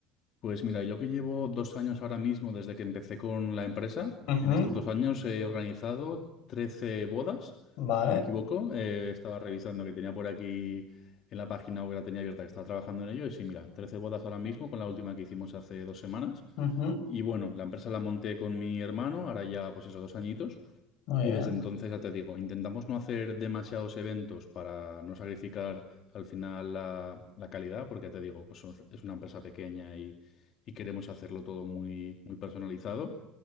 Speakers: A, on the left; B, on the left.
A: Pues mira, yo que llevo dos años ahora mismo desde que empecé con la empresa,
B: Ujú,
A: en estos dos años he organizado 13 bodas,
B: vale,
A: si no me equivoco. Eh, estaba revisando que tenía por aquí en la página web, la tenía abierta, que estaba trabajando en ello. Y sí, mira, 13 bodas ahora mismo con la última que hicimos hace dos semanas.
B: ujú,
A: Y bueno, la empresa la monté con mi hermano, ahora ya pues esos dos añitos.
B: muy
A: Y
B: bien.
A: desde entonces, ya te digo, intentamos no hacer demasiados eventos para no sacrificar al final la, la calidad, porque ya te digo, pues somos- es una empresa pequeña y, y queremos hacerlo todo muy, muy personalizado.